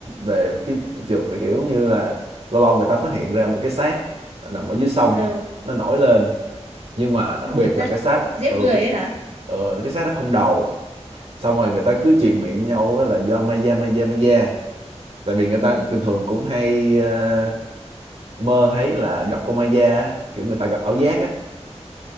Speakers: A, on the right; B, on the right.
A: về cái hiện trường cái kiểu như là lâu lâu người ta phát hiện ra một cái xác nằm ở dưới sông
B: Ờ
A: nó nổi lên nhưng mà đặc
B: Xong
A: biệt
B: người ta
A: là cái xác
B: giết
A: ừ
B: người ấy
A: cái
B: hả?
A: ừ, cái xác nó không đầu xong rồi người ta cứ truyền miệng nhau á là do ma da ma da ma da tại vì người
B: Ừ.
A: ta bình thường cũng hay ờ, mơ thấy là gặp con ma da á, kiểu người ta gặp ảo giác á